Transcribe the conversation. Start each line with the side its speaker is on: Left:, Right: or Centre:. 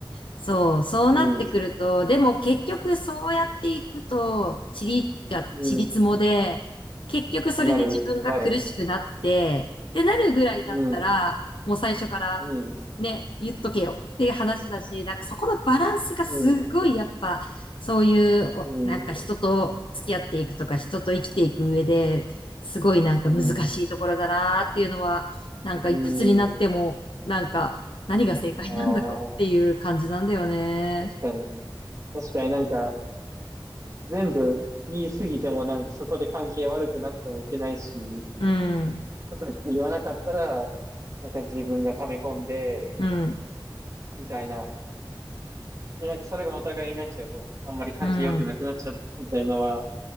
Left: そう、そうなってくると、
Right: うん、う
Left: でも結局そうやっていくと、
Right: ん、
Left: 塵が、
Right: う
Left: 塵もで、結局それで自分が苦しくなって、
Right: ん。なる、なる。
Left: ってなるぐらいだったら、
Right: うん、
Left: もう最初から
Right: うん、
Left: ね、言っとけよっていう話だし、なんかそこのバランスがすごいやっぱ、
Right: うん、
Left: そういうお、
Right: うん、
Left: なんか人と付き合っていくとか、人と生きていく上で、すごいなんか難しいところだなっていうのは、
Right: うん、
Left: なんかいくつになっても、
Right: うん。
Left: なんか何が正解なんだろうっていう感じなんだよね。
Right: ああ、確かに。確かになんか、全部言い過ぎてもなんかそこで関係悪くなってもいけないし、
Left: うん、
Right: ちょっとか言わなかったら、なんか自分が溜め込んで、
Left: うん、
Right: みたいな。で、なんかそれがお互いになっちゃうと、あんまり関係良くなくなっちゃったみたいなのは、
Left: うん。